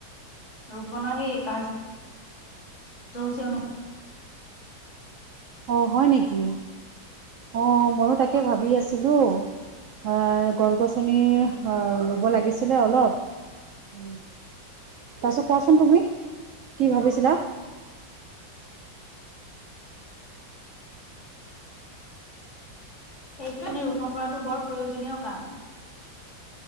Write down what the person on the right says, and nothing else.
অ', হয় নেকি, অ, মইয়ো তাকে ভাবি আছিলোঁ। আহ গছ-গছনি, ৰুব লাগিছিলে অলপ, উম, তাৰপিছত কোৱাচোন তুমি কি ভাবিছিলা?